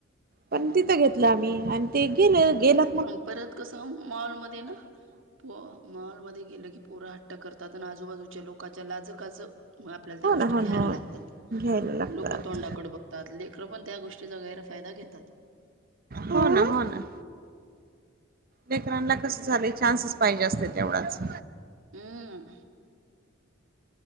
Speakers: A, on the right; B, on the right.
A: पण तिथं घेतलं आम्ही आणि ते गेल गेला
B: अन् परत कसं मॉलमध्ये ना प मॉलमध्ये गेलं की पोर हट्ट करतात आणि आजूबाजूच्या लोकांच्या लाज काज म आपल्याला त्या
A: हो
B: गोष्टी
A: ना हो
B: घ्यायला
A: ना हो
B: लागतात
A: ना घ्यायला लागतात.
B: लोकं तोंडाकडे बघ तात लेकरं पण त्या गोष्टीचा गैरफायदा घेतात.
A: हो ना हो ना. लेकरांना कसं झालंय चान्सच पाहिजे असते तेवढाच.
B: हम.